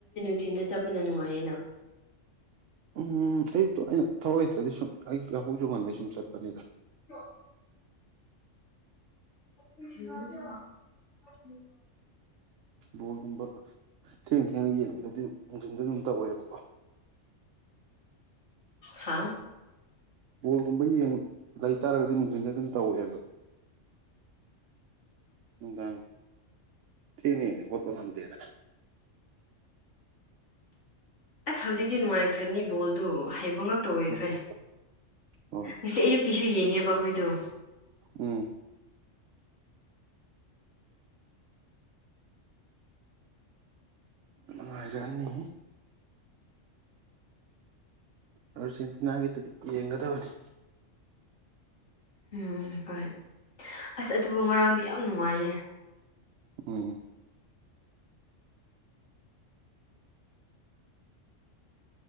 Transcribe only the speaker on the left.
ꯏꯊꯟꯗ ꯆꯠꯄꯅ ꯅꯨꯡꯉꯥꯏꯌꯦꯅꯥ
ꯑ <inaudible> ꯎꯝ <inaudible>
ꯍ
ꯑꯁ ꯍꯧꯖꯤꯛꯇꯤ ꯅꯨꯡꯉꯥꯏꯈ꯭ꯔꯅꯤ ꯕꯣꯜꯗꯨ ꯍꯥꯏꯕ ꯃꯉꯛꯇ ꯑꯣꯏꯈ꯭ꯔꯦ
ꯉꯁꯤ ꯑꯌꯨꯛꯀꯤꯁꯨ ꯌꯦꯡꯉꯦꯕ ꯑꯩꯈꯣꯏꯗꯣ
ꯎꯝ ꯍꯣꯏ ꯑꯁ ꯑꯗꯨꯕꯨ ꯉꯔꯥꯡꯗꯤ ꯌꯥꯝ ꯅꯨꯡꯉꯥꯏꯌꯦ